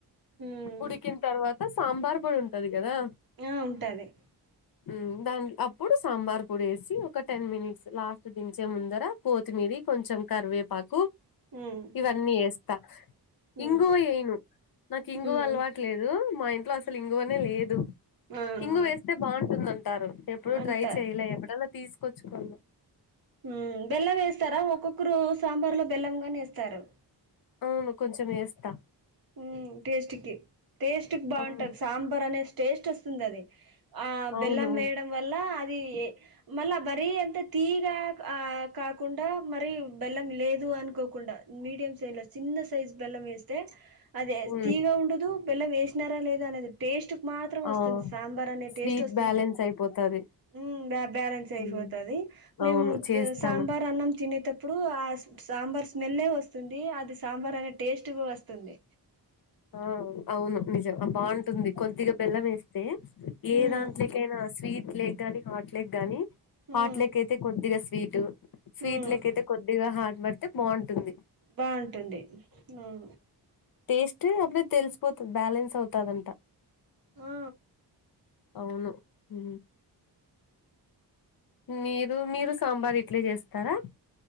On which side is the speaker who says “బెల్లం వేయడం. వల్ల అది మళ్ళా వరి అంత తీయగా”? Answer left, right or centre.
Right